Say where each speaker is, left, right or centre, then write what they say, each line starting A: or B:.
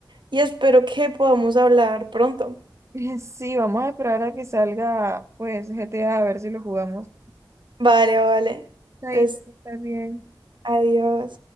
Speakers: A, on the right; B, on the right.
A: Y espero que podamos hablar pronto.
B: <laughs> Sí, vamos a esperar a que salga pues G GTA a a ver si lo jugamos.
A: Vale, vale.
B: Ahí
A: Entonces,
B: está bien.
A: adiós.